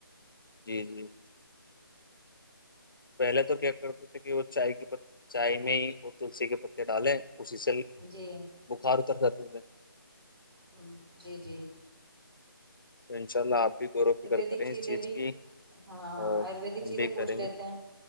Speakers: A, on the left; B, on the right.
A: جی جی پہلے تو کیا کرتے تھے کہ وہ چائے کے چائے میں ہی وہ تلسی کے پتے ڈالے اسی سےلک
B: جی
A: بخار اتر ج <inaudible>
B: ہ جی جی
A: انشاء اللہ آپ بھی غور و
B: آیورویدک
A: فکر کریں
B: چیزیں
A: اس چیز
B: بھی
A: کی
B: ہاں
A: اور
B: آیورویدک
A: ہم
B: چیزیں
A: بھی کریں
B: پوچھ لیتے
A: گے
B: ہیں